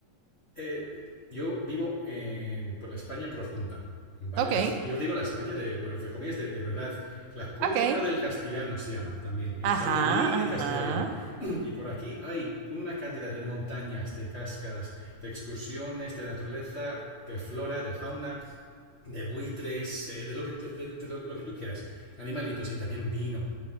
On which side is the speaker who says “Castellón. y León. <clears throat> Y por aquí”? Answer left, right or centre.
Left